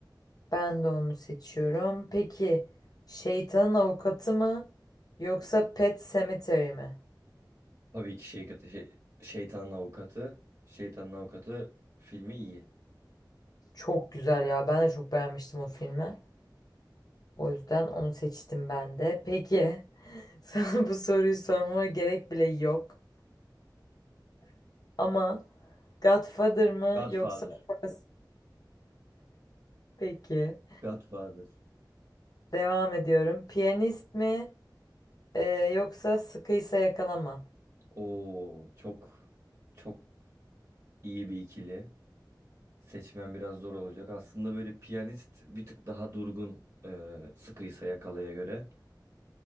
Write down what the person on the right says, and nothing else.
Tabii ki Şeytanın şey, Şeytanın Avukatı. Şeytanın Avukatı filmi iyi.
Godfather.
Godfather.
Oo çok çok iyi bir ikili. Seçmen biraz zor olacak. Aslında böyle piyanist bir tık daha durgun e, sıkıysa yakalaya göre.